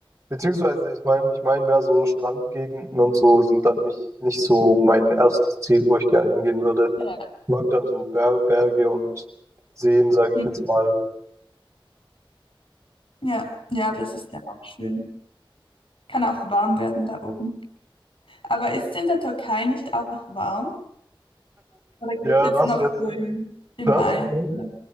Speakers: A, on the right; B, on the left.
A: beziehungsweise ich meine, ich meine mehr so Strandgegenden und so sind dann nicht, nicht so mein erstes Ziel, wo ich gerne hingehen würde.
B: Ja.
A: mag dann so Ber Berge und Seen, sage
B: Mhm.
A: ich jetzt mal.
B: Ja, ja, aber das ist ja auch schön. Kann auch warm werden da oben. Aber ist es in der Türkei nicht auch warm? Oder geht
A: Ja,
B: es jetzt
A: das
B: noch
A: jetzt,
B: so im, im
A: das
B: Mai
A: ist ein Punkt.
B: oder